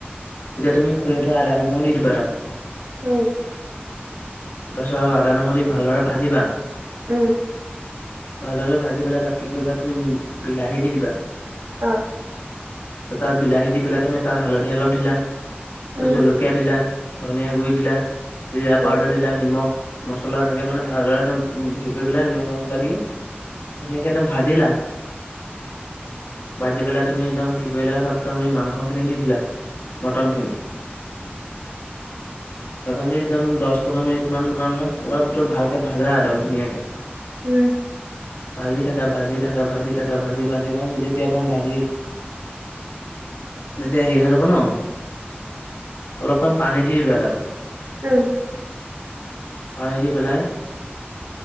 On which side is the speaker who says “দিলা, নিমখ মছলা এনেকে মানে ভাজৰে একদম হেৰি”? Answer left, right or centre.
Left